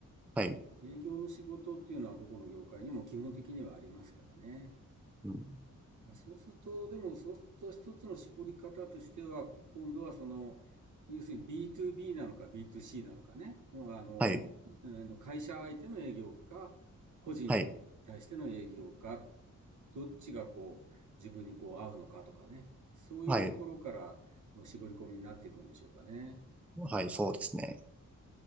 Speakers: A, in the centre; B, on the right.
A: はい、
B: 営業の仕事っていうのはどこの業界にも基本的にはありますからね。
A: うん、
B: まあそうすると、でもそうすると一つの絞り方としては、今度はその、要するに B2B なのか B2C なのかね、のがあの、
A: はい、
B: あの会社相手の営業か、個人に対しての営業か、
A: はい、
B: どっちがこう、自分にこう合うのかとかね、そういうところからの絞り込みになっていくんでしょうかね。
A: はい、はい、そうですね。